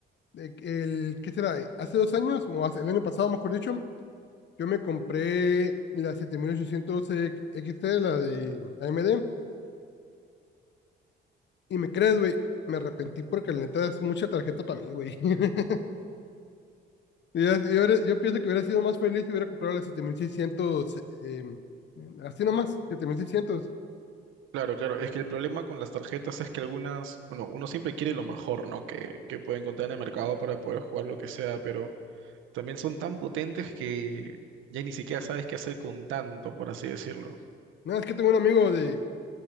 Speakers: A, on the left; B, on the right.
A: eh, el, ¿qué será? Hace dos años, o hace, el año pasado, mejor dicho, yo me compré la 7800 XT, la de AMD, y me crees, güey, me arrepentí porque la neta es mucha tarjeta para mí, güey. <laughs> Yo, yo, hubiera- yo pienso que hubiera sido más feliz si hubiera comprado la 7600, eh, así nomás, siete mil seiscientos
B: Claro, claro. Es que el problema con las tarjetas es que algunas, bueno, uno siempre quiere lo mejor, ¿no? Que, que puede encontrar en el mercado para poder jugar lo que sea, pero también son tan potentes que ya ni siquiera sabes qué hacer con tanto, por así decirlo.
A: No, es que tengo un amigo de